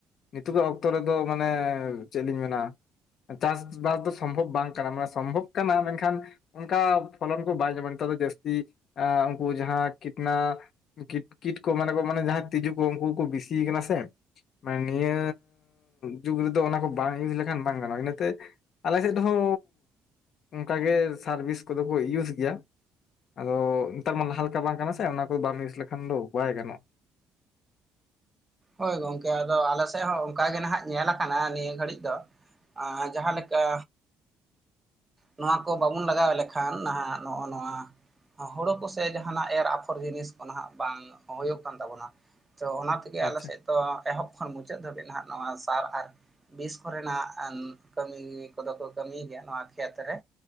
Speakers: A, on the left (about 60°); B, on the right (about 20°).
A: ᱱᱤᱛᱚᱜᱟᱜ ᱚᱠᱛᱚ ᱨᱮᱫᱚ ᱢᱟᱱᱮ ᱪᱮᱫ ᱞᱤᱧ ᱢᱮᱱᱟ? ᱪᱟᱥ ᱵᱟᱥ ᱫᱚ ᱥᱚᱢᱵᱷᱚᱵᱽ ᱵᱟᱝ ᱠᱟᱱᱟ, ᱢᱟᱱᱮ ᱥᱚᱢᱵᱷᱚᱵᱽ ᱠᱟᱱᱟ ᱢᱮᱱᱠᱷᱟᱱ, ᱚᱱᱠᱟ ᱯᱷᱚᱞᱚᱱ ᱠᱚ ᱵᱟᱭ ᱧᱟᱢᱟ ᱱᱮᱛᱟᱨ ᱫᱚ ᱡᱟᱹᱥᱛᱤ, ᱮᱸ ᱩᱱᱠᱩ ᱡᱟᱦᱟᱸ ᱠᱤᱴᱱᱟ ᱠᱤᱴ ᱠᱤᱴ ᱠᱚ ᱢᱟᱱᱮ ᱠᱚ ᱢᱟᱱᱮ ᱡᱟᱦᱟᱸ ᱛᱤᱡᱩ ᱠᱚ ᱩᱱᱠᱩ ᱠᱚ ᱵᱤᱥᱤ ᱟᱠᱟᱱᱟ ᱥᱮ᱾ ᱢᱟᱱᱮ ᱱᱤᱭᱟᱹᱻ ᱡᱩᱜᱽ ᱨᱮᱫᱚ ᱚᱱᱟ ᱠᱚ ᱵᱟᱝ ᱤᱭᱩᱡᱽ ᱞᱮᱠᱷᱟᱱ ᱵᱟᱝ ᱜᱟᱱᱚᱜᱼᱟ ᱤᱱᱟᱹ ᱛᱮ ᱟᱞᱮ ᱥᱮᱫ ᱫᱚᱦᱚᱸ ᱚᱱᱠᱟᱜᱮ ᱥᱟᱨᱵᱤᱥ ᱠᱚᱫᱚ ᱠᱚ ᱤᱭᱩᱡᱽ ᱜᱮᱭᱟ᱾ ᱟᱫᱚ ᱱᱮᱛᱟᱨ ᱢᱟ ᱞᱟᱦᱟ ᱞᱮᱠᱟ ᱵᱟᱝ ᱠᱟᱱᱟ ᱥᱮ, ᱚᱱᱟ ᱠᱚ ᱵᱟᱢ ᱤᱭᱩᱥ ᱞᱮᱠᱷᱟᱱ ᱫᱚ ᱵᱟᱭ ᱜᱟᱱᱚᱜ᱾
B: ᱦᱳᱭ ᱜᱚᱝᱠᱮ ᱟᱫᱚ ᱟᱞᱮ ᱥᱮᱫ ᱦᱚᱸ ᱚᱱᱠᱟ ᱜᱮ ᱱᱟᱦᱟᱜ ᱧᱮᱞ ᱟᱠᱟᱱᱟ ᱱᱤᱭᱟᱹ ᱜᱷᱟᱹᱲᱤᱡᱽ ᱫᱚ᱾ ᱟᱸ ᱡᱟᱦᱟᱸ ᱞᱮᱠᱟ ᱱᱚᱣᱟ ᱠᱚ ᱵᱟᱵᱚᱱ ᱞᱟᱜᱟᱣ ᱞᱮᱠᱷᱟᱱ ᱱᱟᱦᱟᱜ ᱱᱚᱸᱜᱼᱚ ᱱᱚᱣᱟ᱾ ᱦᱳᱲᱳ ᱠᱚᱥᱮ ᱡᱟᱦᱟᱱᱟᱜ ᱮᱨ ᱟᱯᱷᱚᱨ ᱡᱤᱱᱤᱥ ᱠᱚ ᱱᱟᱦᱟᱜ ᱵᱟᱝ ᱦᱳᱭᱳᱜ ᱠᱟᱱ ᱛᱟᱵᱚᱱᱟ, ᱛᱚ ᱚᱱᱟ
A: ᱟᱪᱪᱷᱟ
B: ᱟᱞᱮ ᱥᱮᱫ ᱫᱚ ᱮᱦᱚᱵᱽ ᱠᱷᱚᱱ ᱢᱩᱪᱟᱹᱫ ᱫᱷᱟᱵᱤᱡᱽ ᱱᱟᱦᱟᱜ ᱱᱚᱣᱟ ᱥᱟᱨ ᱟᱨ, ᱵᱤᱥ ᱠᱚᱨᱮᱱᱟᱜ ᱮᱢ ᱠᱟᱹᱢᱤ ᱠᱚᱫᱚ ᱠᱚ ᱠᱟᱹᱢᱤᱭ ᱜᱮᱭᱟ ᱱᱚᱣᱟ ᱠᱷᱮᱛ ᱨᱮ᱾